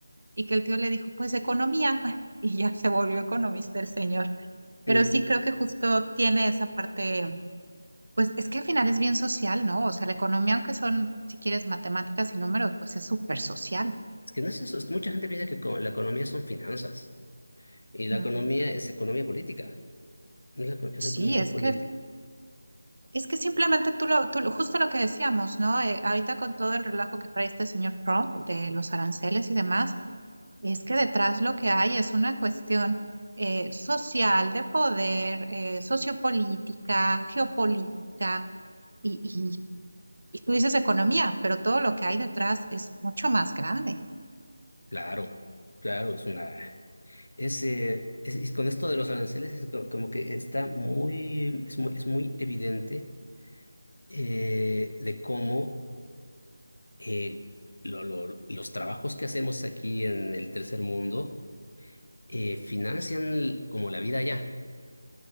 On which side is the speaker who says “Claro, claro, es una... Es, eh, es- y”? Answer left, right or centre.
Left